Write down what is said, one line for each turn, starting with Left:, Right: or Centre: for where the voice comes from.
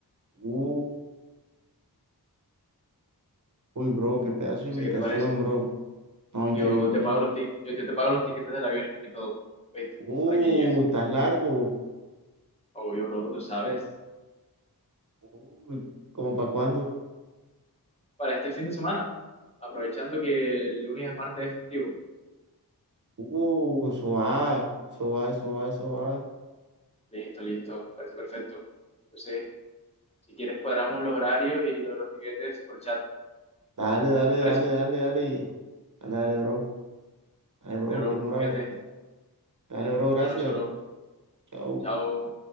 Right: Uh, uy, bro, qué pedazo
Left: No
Right: de invitación,
Left: sé qué te parece.
Right: bro. No, increíble.
Left: Yo te pago los ti- yo, yo te pago los tiquetes del avión y todo. ¿Viste?
Right: Uh,
Left: Para que llegues.
Right: estás largo.
Left: Obvio, bro, tú sabes.
Right: Uy, ¿cómo para cuándo?
Left: Para este fin de semana, aprovechando que el lunes es martes es festivo.
Right: Uh, eso va, eso va, eso va, eso va.
Left: Listo, listo, parece perfecto. Entonces, si quieres cuadramos los horarios y lo de los tiquetes por chat.
Right: Dale, dale,
Left: Parece.
Right: dale, dale, dale. Dale, dale, bro. Dale, bro,
Left: Vale, bro,
Right: qué moral.
Left: cuídate.
Right: Dale, bro, gracias.
Left: Buenas noches, bro.
Right: Chao.
Left: Chao.